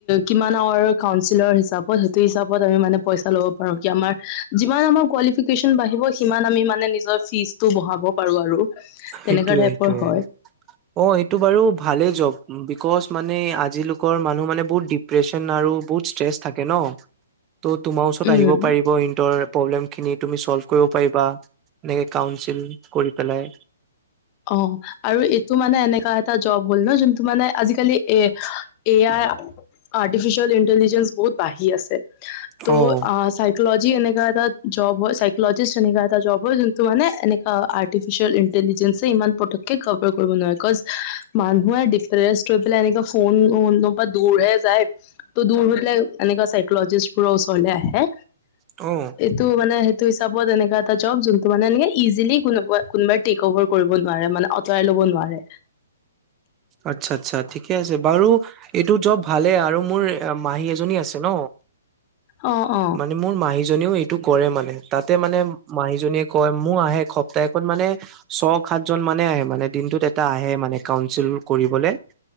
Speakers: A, on the left (about 35°); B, on the right (about 25°).
A: কিমান আউৰ কাউঞ্চিলৰ হিচাপত সেইটো হিচাপত আমি মানে পইচা লব পাৰো কি আমাৰ যিমান আমাৰ কোৱালিফিকেচন বাঢ়িব সিমান আমি মানে নিজৰ ফিজটো বঢ়াব পাৰো আৰু তেনেকুৱা
B: সেইটোয়ে
A: টাইপৰ
B: সেইটোয়ে
A: হয়।
B: অ' এইটো বাৰু ভালে জব বিকজ মানে আজিলোকৰ মানুহ মানে বহুত ডিপ্ৰেছনৰ আৰু বহুত ষ্ট্ৰেইছ থাকে ন ত তোমাৰ ওচৰত
A: উম
B: আহিব পাৰিব ইন্টাৰ প্ৰবেলেম খিনি তুমি চল্ভ কৰিব পাৰিবা এনেকে কাউচিল কৰি পেলায়।
A: অ' আৰু এ ইটো মানে এনেকা এটা জব হ'ল ন যোনটো মানে আজিকালি এ আই আৰ্টিফিচিয়েল ইণ্টেলিজেঞ্চ বহুত বাঢ়ি আছে। ত
B: অ',
A: আ চাইকলজি এনেকা এটা জব হয় চাইকলজিষ্ট এনে এটা জবৰ যোনটো মানে এনেকা আৰ্টিফিচিয়েল ইণ্টেলিজেন্ঞ্চ ইমান পটকে কভাৰ কৰিব নোৱাৰে বিকজ মানুহে ডিপ্ৰেছ হয় পেলাই এনেকা ফোন উন <inaudible> যাই ত দূৰ হয় পেলাই এনেকা চাইকলজিষ্ট বোৰৰ ওচৰলৈ আহে।
B: অ',
A: ত মানে সেইটো হিচাপত এনেককা এটা জব যোনটো মানে এনে ইজিলি কোন কোনোবাই টেক'অভাৰ কৰিব নোৱাৰে মানে আঁতৰাই ল'ব নোৱাৰে।
B: আচ্ছা আচ্ছা ঠিকে আছে বাৰু এইটো জব ভালে আৰু মোৰ এ মাহী এজনী আছে ন
A: অ' অ'।
B: মানে মোৰ মাহীজনীও এইটো কৰে মানে। তাতে মানে মাহীজনীয়ে কয় মোৰ আহে সপ্তাহখন মানে- ছ সাতজন মানে আহে মানে দিনটোত এটা আহে মানে- কাউচিল কৰিবলৈ